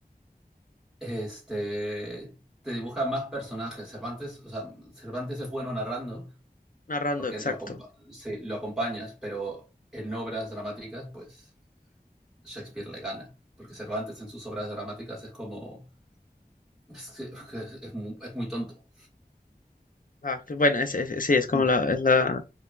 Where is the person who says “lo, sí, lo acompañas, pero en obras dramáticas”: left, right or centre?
Centre